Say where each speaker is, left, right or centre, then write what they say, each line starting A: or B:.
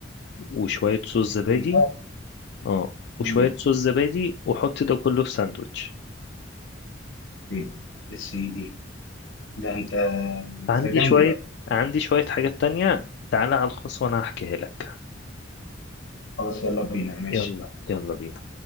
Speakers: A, on the left; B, on the left.
A: وشوية صوص زبادي
B: ثم
A: اه وشوية
B: مم.
A: صوص زبادي واحط ده كله في ساندوتش
B: إيدي. يا سيدي ده انت مزاجنجي
A: عندي شوية
B: بقى
A: عندي شوية حاجات تانية تعالى على الخاص وانا هحكيها لك
B: خلاص يلا بينا ماشي
A: يلا يلا بينا